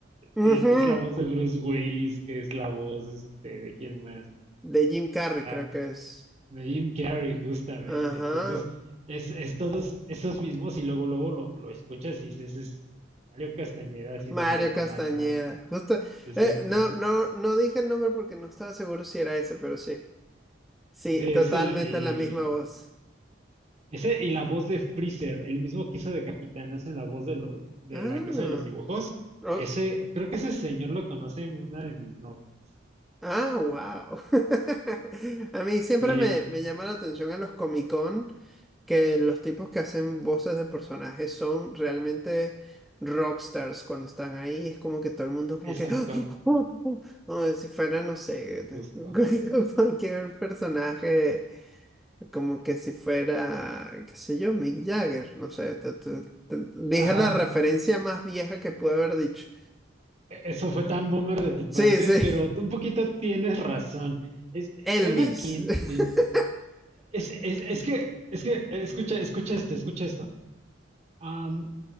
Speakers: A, in the centre; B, on the right.
A: Ujú,
B: el- es la voz de Bruce Willis, que es la voz este, de quién más,
A: De Jim Carrey,
B: Ah,
A: creo que es.
B: de Jim Carrey, justamente.
A: Ajá.
B: Entonces, es, es todos esos mismos y luego luego lo, lo escuchas y dices, es Mario Castañeda haciéndole
A: Mario
B: a la mamada,
A: Castañeda.
B: ¿no?
A: Justo.
B: Exacto.
A: eh, no, no, no dije el nombre porque no estaba seguro si era ese, pero sí. Sí,
B: Sí,
A: totalmente
B: es el, el,
A: la misma voz.
B: Ese y la voz de Freezer, el mismo que hizo de Capitanazo en la voz de, lo- de
A: Ah.
B: la Casa de los Dibujos.
A: oh,
B: A ese, creo que ese señor lo conoce una de mis novias.
A: ah, wow. <laughs> A mí siempre
B: Sí,
A: me, me llama la atención en los Comic Con. que los tipos que hacen voces de personajes son realmente rockstars cuando están ahí. Es como que todo el mundo como
B: exacto,
A: que... <laughs> <gasps> como si fuera, no sé,
B: justo.
A: <laughs> cualquier personaje, como que si fuera, qué sé yo, Mick Jagger, no sé. te- te- te- dije
B: Ajá,
A: la referencia más vieja que pude haber dicho.
B: e- eso fue tan boomer de tu
A: Sí,
B: parte,
A: sí,
B: pero tú un poquito tienes razón. Es,
A: <laughs> Elvis.
B: cada quien,
A: <laughs>
B: eh, es, es, es que, es que, eh, escucha, escucha esto, escucha esto. Am,